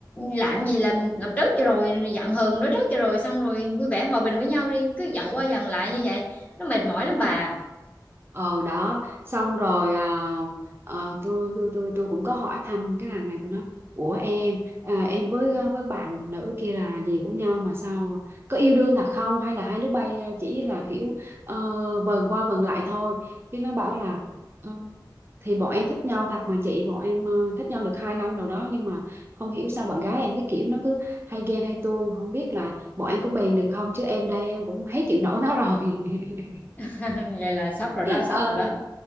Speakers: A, on the left; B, on the right.
A: làm gì làm làm trước cho rồi giận hờn nói trước cho rồi xong rồi vui vẻ hòa bình với nhau đi cứ giận qua giận lại như vậy nó mệt mỏi lắm bà
B: ờ đó xong rồi à, ờ, tôi tôi tôi tôi cũng có hỏi thăm cái thằng này tôi nói ủa em à, em với à, với bạn nữ kia là gì của nhau mà sao có yêu đương thật không hay là hai đứa bay à, chỉ là kiểu ờ, vần qua vần lại thôi cái nó bảo là "Ờ, thì bọn em thích nhau thật mà chị bọn em ờ, thích nhau được hai năm đầu đó nhưng mà không hiểu sao bạn gái em cái kiểu nó cứ hay ghen hay tuông không biết là bọn em có bền được không chứ em đây em cũng hết chịu nổi nó rồi <laughs>
A: <laughs> vậy là sắp rồi đó sắp
B: ờ
A: rồi đó